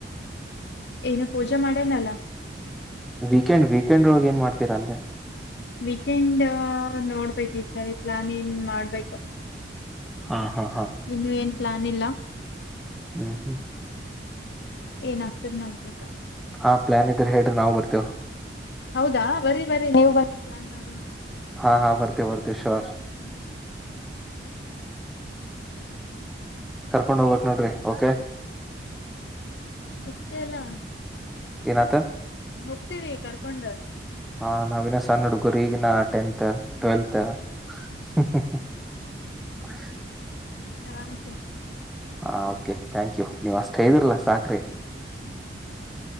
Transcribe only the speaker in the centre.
ವೀಕೆಂಡ್ ವೀಕೆಂಡ್ ಒಳಗೆ ಏನ್ ಮಾಡ್ತೀರಂತೆ.
ಹಾ. ಹಾ ಹಾ
ಹ್ಮ ಹ್ಮ್.
ಹಾ ಪ್ಲ್ಯಾನ್ ಇದ್ರೆ ಹೇಳ್ರಿ ನಾವು ಬರ್ತೇವ.
ಹಾ ಹಾ ಬರ್ತೆವ ಬರ್ತೆವ ಶೋರ್.
ಕರ್ಕೊಂಡ ಹೋಗಾಕ್ ನೋಡ್ರಿ ಓಕೆ.
ಏನ ಆತ.
ಹಾ ನಾವ ಇನ ಸಣ್ಣ ಹುಡ್ಗುರ ಈಗಿನ ಟೆಂನ್ತ. ಟ್ವೆಲ್ತ್ ಹಹಹ್ಹ್. <unintelligible>
ಹಾ ಓಕೆ ಥ್ಯಾಂಕ್ ಯು ನೀವ್ ಅಷ್ಟ ಠೈದ್ರಿಲ್ಲಾ ಸಾಕ್ರೀ.